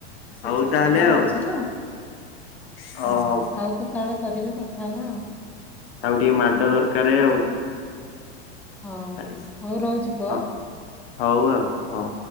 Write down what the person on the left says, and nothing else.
ହଉ
ତାହେଲେ
ଆଉ
ଅ
ତାକୁ ଟିକେ ମାଡ ଦରକାର ଆଉ।
ସାଲିସ୍
ହଁ ହଉ ଆଉ ହଉ।